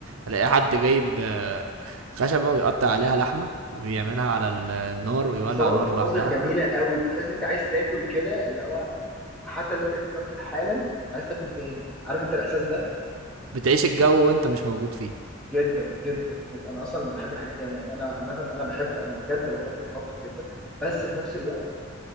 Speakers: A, on the right (about 80°); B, in the centre.
A: الاقي حد جايب آه، خشبة ويقطع عليها لحمة وبيعملها على ال- النار ويولع
B: بيصوروا
A: نار لوحدها
B: مناظر جميلة قوي بتحس إن انت عايز تاكل كده اللي هو حتى لو انت لسه واكل حالا انت عايز تاكل تاني عارف انت الاحساس ده
A: بتعيش الجو وانت مش موجود فيه
B: جدا جدا جدا انا اصلا بحب الحاجات دي أوي. يعني انا عامه انا بحب انا بجد بحب الطبخ جدا بس في نفس الوقت